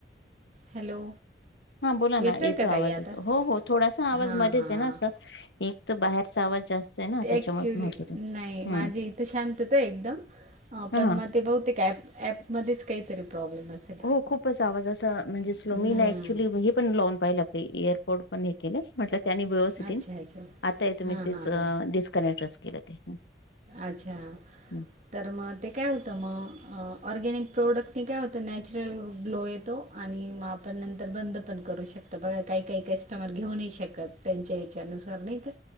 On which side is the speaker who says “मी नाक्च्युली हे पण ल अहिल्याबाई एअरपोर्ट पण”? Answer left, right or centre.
Left